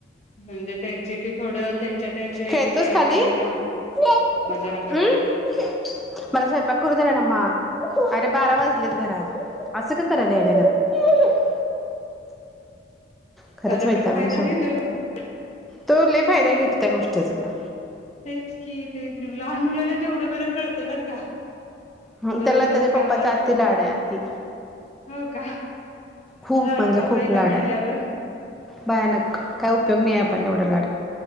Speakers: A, on the left (about 35°); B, in the centre.
A: म्हणजे त्यांची थोडं त्यांच्या त्यांचे
B: खेळतोस
A: हे कळाय
B: खाली
A: लागले ना
B: हम्म
A: मग जरा बर
B: मला स्वयंपाक करू दे नमा बारा वाजलेत घरात असं का करायला येड्यागत खरंच
A: चाले
B: वैतागून
A: पण फायदा
B: सोड
A: घेतोय बघ
B: तो लय फायदा घेत त्या गोष्टीचा
A: तेच कि ते लहान मुलाना तेवढं बरं कळतं बर का?
B: ह
A: बरोबर
B: त्याला त्याच्या
A: कामात
B: पप्पाच्या आती लाडत त
A: हो का
B: खूप
A: लाडका
B: म्हणजे खूप
A: पहिला
B: लाड
A: म्हटल्यावर
B: आहे भयानक काय उपयोग नाही आपण
A: <unintelligible>
B: एवढं लाड